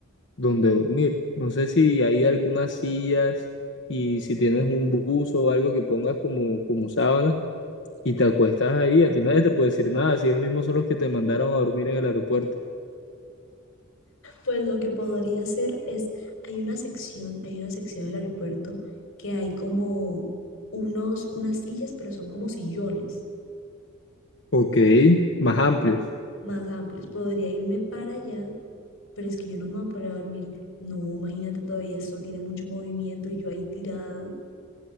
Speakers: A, on the left; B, on the left.
A: donde dormir. No sé si hay algunas sillas y si tienes un buzo o algo que pongas como, como sábana y te acuestas ahí, a ti nadie te puede decir nada, si ellos mismos son los que te mandaron a dormir en el aeropuerto.
B: Pues lo que podría hacer es, hay una sección, hay una sección del aeropuerto que hay como unos, unas sillas, pero son como sillones.
A: Ok, más amplios.
B: más amplios. Podría irme para allá, pero es que yo no me voy a poder dormir. No, imagínate, todavía esto tiene mucho movimiento y yo ahí tirada.